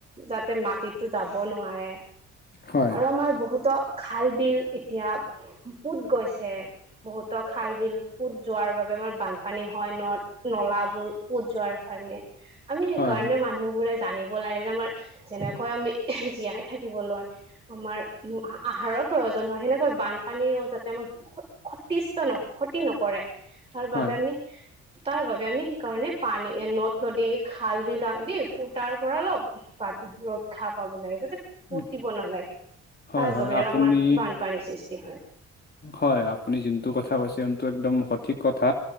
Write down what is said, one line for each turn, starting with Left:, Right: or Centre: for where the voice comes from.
Right: যাতে মাটিতো যাব নোৱাৰে
Left: হয়
Right: আৰু আমাৰ বহুতো খাল বিল এতিয়া পুত গৈছে বহুত খাল বিল পোত যোৱাৰ বাবে আমাৰ বানপানী হয় নদ নলাবোৰ পোত যোৱাৰ কাৰণে আমি সেইকাৰণে
Left: হয় হয় হয়
Right: মানুহবোৰে জানিব লাগে যে আমাৰ যেনেকৈ আমি জীয়াই থাকিবলৈ আমাৰ আহাৰৰ প্ৰয়োজন হয় সেনেকৈ বানপানীও যাতে আমাক ক্ষতিষ্ট ন ক্ষতি নকৰে তাৰ বাবে
Left: হয়
Right: আমি তাৰ বাবে আমি সেইকাৰণে পানী নদ নদী খাল বিল আদি পোতাৰ পৰা অলপ পাব ৰক্ষা পাব লাগে যাতে পুতিব
Left: উম,
Right: নালাগে
Left: হয়
Right: তাৰ
Left: হয়
Right: যোগেৰেও
Left: আপুনি
Right: আমাৰ বান পানীৰ সৃষ্টি হয়
Left: হয় আপুনি যোনটো কথা কৈছে সোনটো একদম সঠিক কথা